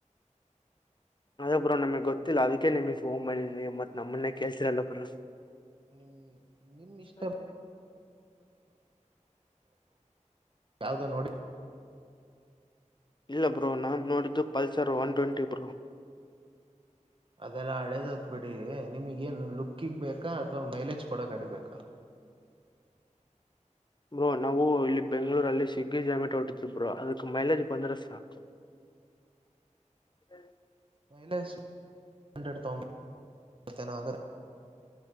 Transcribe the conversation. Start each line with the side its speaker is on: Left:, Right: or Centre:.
Left: ಅದ ಬು್ರಾ ನಮಗ್ ಗೊತ್ತಿಲ್ಲ ಅದಕ್ಕೆ ನಿಮಗ್ ಫೋನ್ ಮಾಡಿ ನೀ ಮತ್ ನಮ್ಮನ್ನೇ ಕೇಳ್ಸಿರಲ್ಲ ಬ್ರ <inaudible>
Right: ನಿಮ್ ನಿಮ್
Left: ಇಷ್ಟಪ
Right: ಇಷ್ಟ ಯಾಾವವುದೋ ನೋಡಿ
Left: ಇಲ್ಲ ಬ್ರೋ ನಾನ್ ನೋಡಿದ್ದು ಪಲ್ಸರ್ ಒನ್ ಟ್ವೆಂಟಿ ಬ್ರೋ
Right: ಅದೆಲ್ಲಾ ಹಳೆದತ್ ಬಿಡಿ ನಿಮಗೇನ್ ಲುಕ್ಕಿಗ್ ಬೇಕಾ ಅಥವಾ ಮೈಲೇಜ್ ಕೊಡ ಅಡಿಬೇಕಾ
Left: ಬ್ರೋ ನಾವು ಇಲ್ಲಿ ಬೆಂಗ್ಗಳೂರಲ್ಲಿ ಸಿಗ್ಗಿ ಜಾಮೆಟ್ ಹೊಟ್ಟತೀ್ರೋ ಅದಕ್ ಮೈಲೇಜ್ ಬಂದ್ರೆ ಸಾಕು ಎ
Right: ಮೈಲಜ್ ಹಂಡ್ರೆಡ್ ತಾಮಸ್ತ್ತನ ಆಗ